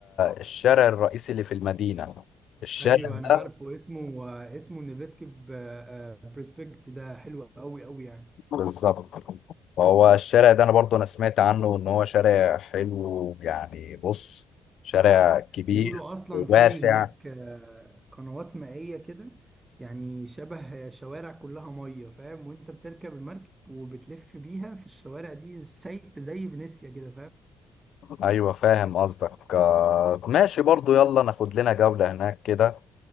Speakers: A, on the left; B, on the right.
A: الشارع الرئيسي اللي في المدينة الشارع
B: ايوه انا
A: ده
B: عارفه اسمه آه، اسمه نيفسكي بريسبكت ده حلو قوي قوي يعني
A: بالظبط فهو الشارع ده انا برضو انا سمعت عنه ان هو شارع حلو يعني بص شارع كبير
B: بيقولوا اصلا
A: وواسع
B: في هناك آه، قنوات مائية كده يعني شبه شوارع كلها مية فاهم وانت بتركب المركب وبتلف بيها في الشوارع دي زي زي فينيسيا كده
A: ايوه فاهم قصدك آه، ماشي برضو يلا ناخد لنا جولة هناك كده